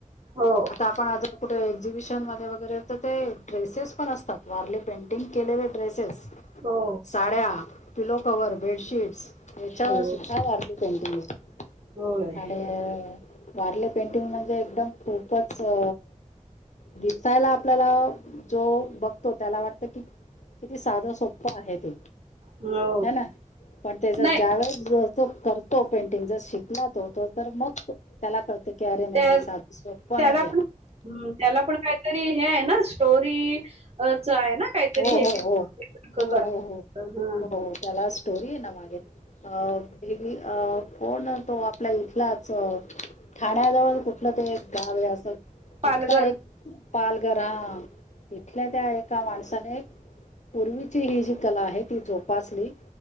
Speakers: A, on the right; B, on the left.
A: हो
B: आता आपण जर कुठे एक्झिबिशनमध्ये वगैरे तर ते ड्रेसेस पण असतात वारली पेंटिंग केलेले ड्रेसेस.
A: हो
B: साड्या, पिलो कवर, बेडशीटस याच्यावर
A: हो
B: सुध्दा वारली पेंटींग हे
A: होय
B: आणि अं वारले पेंटिंग म्हणजे एकदम खूपच अ दिसायला आपल्याला जो बघ तो त्याला वाटत कि किती साधं सोप्पं आहे ते.
A: हो
B: हे ना पण ते जर
A: नाही
B: ज्यावेेळेस जस करतो पेंटिंग जर शिकला. तो तर-तर मग त्याला कळत की अरे नाही
A: त्या
B: हे साध सोप्प
A: त्याला
B: नाहीये.
A: पण त्याला पण काहीतरी हे आहे ना स्टोरी आहे ना काहीतरी
B: हो हो हो
A: करा
B: हो हो हो
A: हं-हं.
B: हो हो त्याला स्टोरी आहे ना मागे अं कोण अं तो आपला इथलाचं ठाण्याजवळ कुठलं ते गाव आहे असं.
A: पालघर
B: इथला एक पालघर हा तिथल्या त्या एका माणसा त्याने पूर्वीची ही जी कला आहे ती जोपासली.